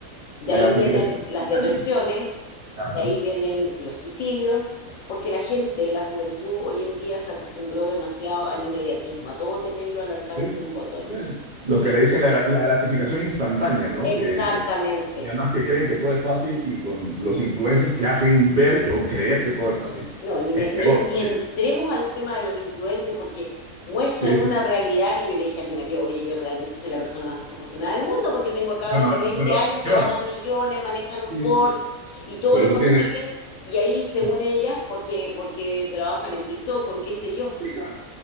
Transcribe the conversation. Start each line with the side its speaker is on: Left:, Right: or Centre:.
Left: De
Right: La
Left: ahí
Right: gratificación
Left: vienen
Right: instantánea.
Left: las depresiones,
Right: ¿no? ajá.
Left: de ahí vienen los suicidios, porque la gente, la juventud hoy en día se acostumbró demasiado al inmediatismo, a todo tenerlo al alcance
Right: Sí, sí,
Left: de un
Right: sí.
Left: botón.
Right: Eh, Lo
Left: Tú
Right: que le dicen la, gra- la gratificación instantánea, ¿no?
Left: Exactamente.
Right: Que, que- y además que creen que todo es fácil y con los influencers que hacen ver o creer que todo es fácil.
Left: No, ni,
Right: Es
Left: me-
Right: peor
Left: ni, ni
Right: todavía.
Left: entremos al tema de los influencers porque muestran
Right: Sí, sí.
Left: una realidad que yo le dije a mi marido, oye, yo realmente soy la persona más desafortunada del mundo porque tengo a cabras
Right: Bueno,
Left: de 20
Right: pero
Left: años que
Right: claro.
Left: ganan millones, manejan un
Right: Sí.
Left: Porsche y todo
Right: Pero
Left: lo
Right: tú
Left: consiguen
Right: tienes.
Left: y ahí, según
Right: tú-
Left: ellas, porque, porque trabajan en TikTok o qué sé yo.
Right: sí, claro.